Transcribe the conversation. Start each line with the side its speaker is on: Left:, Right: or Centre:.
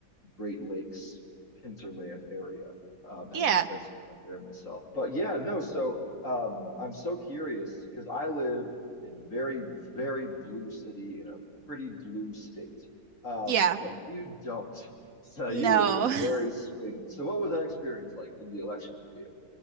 Left: Great Lakes hinterland area, um, having
Right: Yeah.
Left: spent some time there myself. But yeah, no. So um, I'm so curious because I live in a very, very blue city in a pretty blue state, um,
Right: Yeah.
Left: but you don't. <laughs> So you
Right: No.
Left: live in a very
Right: <laughs>
Left: swing. So what was that experience like in the election for you?